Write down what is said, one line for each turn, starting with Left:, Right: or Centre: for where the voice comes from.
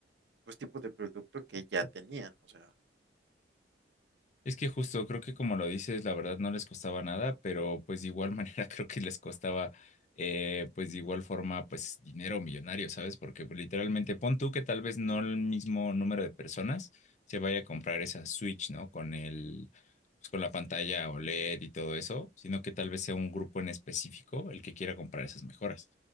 Right: pues, tipo de producto que ya tenían, o sea,
Left: Es que justo creo que como lo dices, la verdad no les costaba nada, pero pues de igual manera <laughs> creo que les costaba eh, pues de igual forma pues dinero millonario, ¿sabes? Porque pues, literalmente pon tú que tal vez no el mismo número de personas se vaya a comprar esa Switch, ¿no? Con el pues con la pantalla OLED y todo eso, sino que tal vez sea un grupo en específico el que quiera comprar esas mejoras.